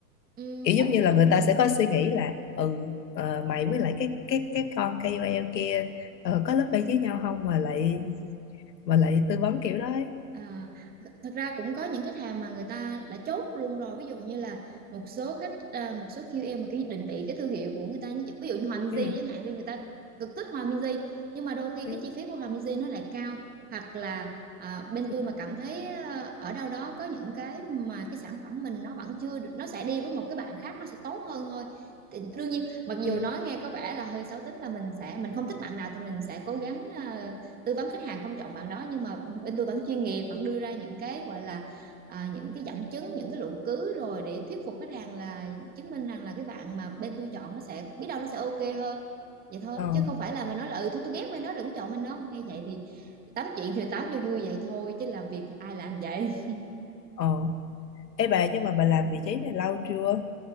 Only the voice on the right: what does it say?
Ừm,
có
những
À, thật ra cũng có những khách hàng mà người ta đã chốt luôn rồi ví dụ như là một số khách à, một số QL mà cái định vị cái thương hiệu của người ta như- ví dụ như Hòa Minzy
đi chẳng hạn đi người ta cực thích Hòa Minzy nhưng mà đôi khi
cái chi phí của Hòa Minzy nó lại cao hoặc là à, bên
tôi mà cảm thấy à, ở đâu đó có những cái mà cái sản phẩm mình nó vẫn chưa được- nó sẽ đi với một cái bạn khác nó sẽ tốt hơn thôi thì đương nhiên mặc
dù nói nghe có vẻ là hơi xấu tính là mình sẽ mình không thích bạn nào thì mình sẽ cố gắng à, tư vấn khách hàng không chọn bạn đó nhưng mà bên tôi vẫn chuyên nghiệp vẫn đưa ra những cái gọi là à, những cái dẫn chứng những cái luận cứ rồi để thuyết phục khách hàng là chứng minh rằng là cái bạn mà bên tôi chọn nó sẽ biết đâu nó sẽ ok hơn vậy thôi
chứ không phải là mà nói là ừ thôi tôi ghét bên nó đừng chọn bên nó nghe vậy thì tám chuyện thì tám cho vui vậy thôi chứ làm việc thì ai làm vậy